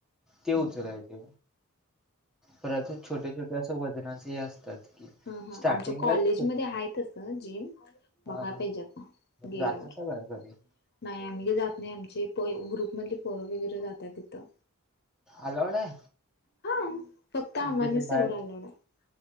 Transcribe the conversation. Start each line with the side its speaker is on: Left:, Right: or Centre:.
Centre: ते उचलायचे,
Left: हम्म
Centre: परत असे छोटे छोटे वजनाचे हे असतात की
Left: हम्म हम्म
Centre: स्टार्टिंगला
Left: आमच्या कॉलेज
Centre: छोटे
Left: मध्ये आहे तसं जिम बघाय
Centre: हा
Left: पाहिजे आता, गेल्यावर.
Centre: जात सगळं कधी
Left: नाही आम्ही काय जात नाही. आमचे प ग्रुपमधले पोर वगैरे जातात तिथं.
Centre: अलाउड हाय?
Left: हा फक्त आम्हानेच
Centre: म्हणजे असं बाहेरचं?
Left: तेवढा अलाउड आहे